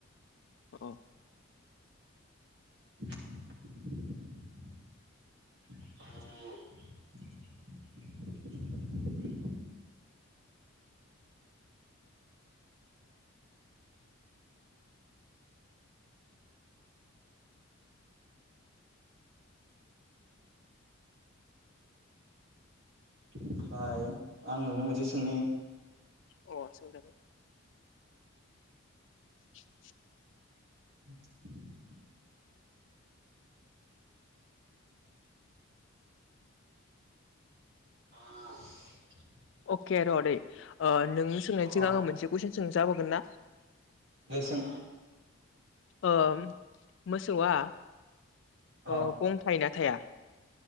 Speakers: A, on the left; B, on the right.
A: अ
B: <inaudible> <inaudible> <inaudible> ओमफ्राय आं नोंनो मोनसे सोंनि?
A: अ सोंजागोन। <inaudible>
B: <inaudible> <inaudible>
A: अके र' दैे ओ नों सोंनायनि सिगां
B: अ
A: आङो मोनसे कुइसन सोंजाबावगोन ना?
B: दे सों
A: ओम मोसौआ ओ
B: अ
A: गं थायो ना थाया?